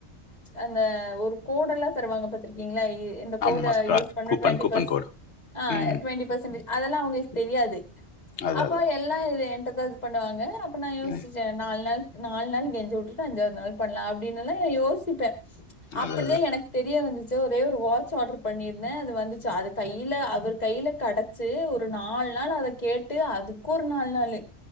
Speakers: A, on the left; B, on the left.
A: அந்த கோடெல்லாம் தருவங்க பாத்திருக்கீங்களா இந்த
B: ஆமாமா
A: கோட
B: ஸ்க்ராட்ச்
A: யூஸ் பண்ண
B: கூப்பன்
A: டுவெண்டிபஸ்
B: கூப்பன் கோடு. ம்.
A: டுவெண்டி பர்சன்ஜ் அதெல்லாம் அவங்களுக்கு தெரியாது
B: அது
A: அப்பா
B: அதா.
A: எல்லாம் இ எ இது பண்ணுவாங்க அப்பனா யோசிச்சேன்
B: ம்
A: நால்நாள் நாலு நாள் கெஞ்சி விட்டுட்டு அஞ்சாவது நாள் பன்னலாம் அப்படின்னுலெல்லாம் யோசிப்பேன் அப்படிதான்
B: அதான் அதான்.
A: எனக்கு தெரிய வந்துச்சு ஒரே ஒரு வாட்ச் ஆர்டர் பண்ணிருந்தேன் அது வந்துச்சு அது கையில அவர் கையில கடைச்சு ஒரு நாலு நாள் அத கேட்டு அதுக்கு ஒரு நாலு நாளு